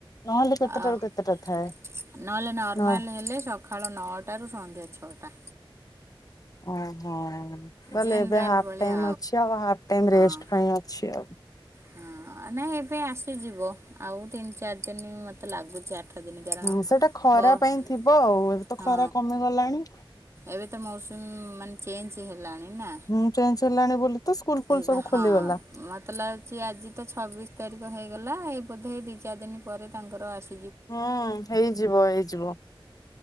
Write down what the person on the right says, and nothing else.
ଆ ନହେଲେ
ନର୍ମାଲ
ହେଲେ ସ ସକାଳ ନଅଟାରୁ ସନ୍ଧ୍ୟା ଛଅଟା।
ଜେନେରାଲ୍
ଭଳିଆ
ହଁ
ହଁ ନାଇଁ ଏବେ ଆସିଯିବ ଆଉ ତିନି ଚାରି ଦିନି ମତେ ଲାଗୁଛି ଆ ଆଠ ଦିନି କାରଣ
ବସ୍
ହଁ
ଏବେ ତ ମୌସୁମି ମାନେ ଚେଞ୍ଜ ହେଲାଣି ନା।
ଏବେ
ହଁ।
ମତେ ଲାଗୁଛି ଆଜି ତ ଛବିଶି ତାରିଖ ହେଇଗଲା ଏ ବୋଧେ ଦି ଚାରି ଦିନ ପରେ ତାଙ୍କର ଆସ